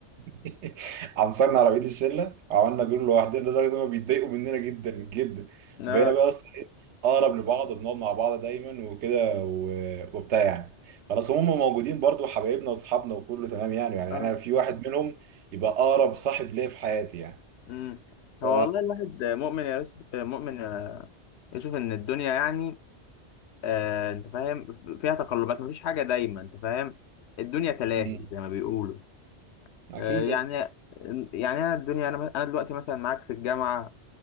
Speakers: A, on the right; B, on the left.
A: <laughs> عنصرنا على بقيه الشله وعملنا جروب لوحدنا لدرجه ان هم بيتضايقوا مننا جدا جدا
B: اه
A: فبقينا بقى اصلا إيه، اقرب لبعض وبنقعد مع بعض دايما وكده و- وبتاع يعني خلاص هم موجودين برضو حبايبنا واصحابنا وكله تمام يعني يعني
B: اه
A: انا في واحد منهم يبقى اقرب صاحب ليا في حياتي يعني
B: امم
A: ف
B: هو والله الواحد مؤمن يا يوسف آه، مؤمن يا يوسف ان الدنيا يعني آه انت فاهم فيها تقلبات مفيش حاجه دايما انت فاهم الدنيا تلاهي
A: مم.
B: زي ما بيقولوا
A: اكيد
B: آه يعني
A: يس
B: يعني انا الدنيا انا انا دلوقتي مثلا معاك في الجامعه